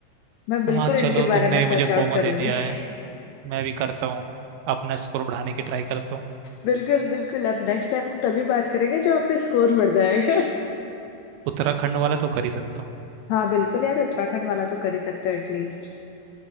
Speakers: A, on the left; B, on the right.
A: मैं बिल्कुल
B: हाँ
A: इनके
B: चलो
A: बारे
B: तुमने
A: में सर्च
B: मुझे फोमो
A: आउट करूंगी
B: दे दिया
A: <laughs>
B: है मैं भी करता हूँ अपना स्कोर बढ़ाने की ट्राई करता हूँ
A: बिल्कुल बिल्कुल अब नेक्स्ट टाइम हम तभी बात करेंगे जब आप पे स्कोर बढ़ जाएगा <laughs>
B: उत्तराखंड वाला तो कर ही सकता हूँ
A: हाँ बिल्कुल यार उत्तराखंड वाला तो कर ही सकते हो एटलीस्ट